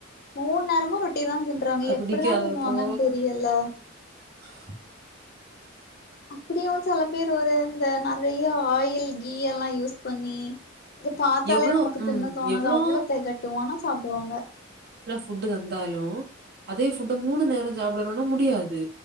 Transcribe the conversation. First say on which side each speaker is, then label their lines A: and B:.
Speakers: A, on the left; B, on the right.
A: மூண் நேரமு ரொ ட்டி தான் திண்றாங்க
B: அது
A: எப்டிதா
B: பிடிக்காதப்போ
A: திண்வாங்கன்னு தெரியல
B: <inaudible>
A: அப்டியு செல பேர் ஒரு இந்த நறைய ஆயில் கீ எல்லா யூஸ் பண்ணி அது பாத்தாலே
B: எவ்ளோ
A: நமக்கு
B: ம்
A: தின்ன தோணாது
B: எவ்ளோ
A: அவ்ள தெகட்டு ஆனா சாப்டுவாங்க
B: ஃபுட்டு் தந்தாலு அதே ஃபுட்டு மூணு நேரொ சாப்பிடணுன்னா முடியாது